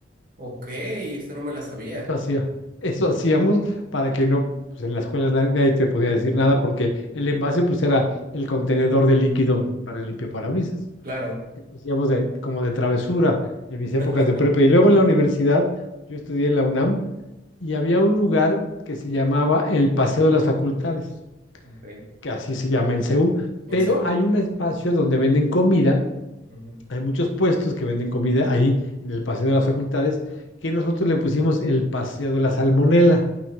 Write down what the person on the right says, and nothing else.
Ok, esta no me la sabía.
Claro.
<laughs>
Ok,
bien
Ujú.